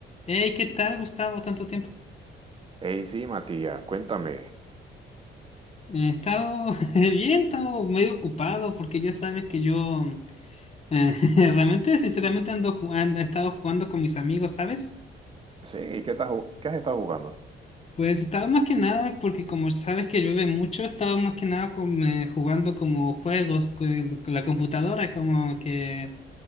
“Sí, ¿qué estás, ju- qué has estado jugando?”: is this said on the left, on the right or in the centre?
Right